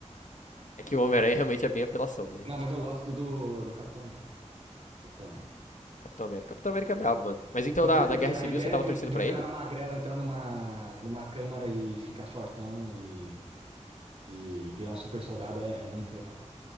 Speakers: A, on the left (about 85°); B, on the right (about 50°).
A: É que o Homem-Aranha realmente é bem apelação, né?
B: Não, mas eu gosto do, do Capitão América. Capitão América.
A: Capitão América. Capitão América é brabo, mano. Mas então
B: Não
A: na,
B: sei porque
A: na Guerra
B: a
A: Civil
B: ideia
A: você tava
B: de
A: torcendo
B: um, de
A: pra
B: um cara
A: ele?
B: magrelo entrar numa, numa câmara e ficar fortão e, e virar um super soldado é, é muito legal.